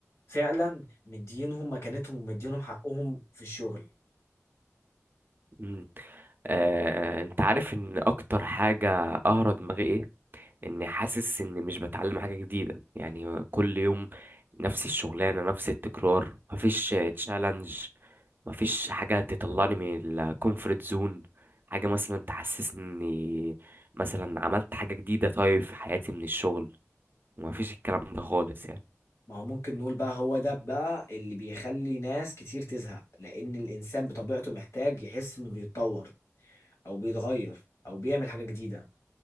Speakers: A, on the left; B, on the right.
A: فعلا مدينهم مكانتهم ومدينهم حقهم في الشغل
B: مم. آه، انت عارف ان اكتر حاجة قهرة دماغي ايه اني حاسس اني مش بتعلم حاجة جديدة يعني كل يوم نفس الشغلانة نفس التكرار مفيش تشالنج مفيش حاجة تطلعني من الكومفورت زون حاجة مثلا تحسسني اني مثلا عملت حاجة جديدة طيب في حياتي من الشغل مفيش الكلام ده خالص يعني
A: ما هو ممكن نقول بقى هو ده بقى اللي بيخلي ناس كتير تزهق لأن الإنسان بطبيعته محتاج يحس إنه بيتطور أو بيتغير أو بيعمل حاجة جديدة